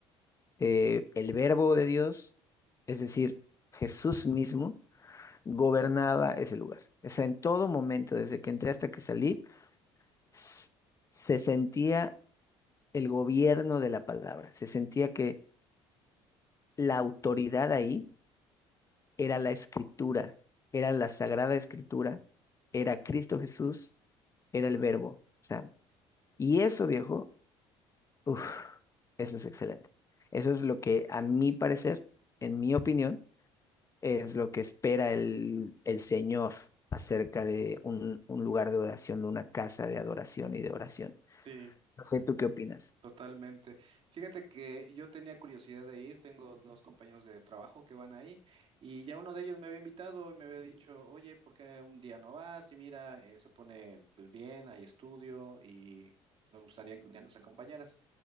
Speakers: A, on the left (about 30°); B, on the right (about 55°).
A: eh, el verbo de Dios, es decir, Jesús mismo, gobernaba ese lugar. O sea, en todo momento, desde que entré hasta que salí, s- se sentía el gobierno de la palabra, se sentía que la autoridad ahí era la escritura, era la sagrada escritura, era Cristo Jesús, era el verbo. O sea, y eso, viejo, uf, eso es excelente. Eso es lo que, a mi parecer, en mi opinión, es lo que espera el, el Señor acerca de un, un lugar de oración, de una casa de adoración y de oración.
B: Sí,
A: No sé, ¿tú qué opinas?
B: Totalmente. Fíjate que yo tenía curiosidad de ir, tengo dos compañeros de trabajo que van ahí y ya uno de ellos me había invitado y me había dicho, oye, ¿por qué un día no vas? Y mira, eh, se pone pues bien, hay estudio y nos gustaría que un día nos acompañaras.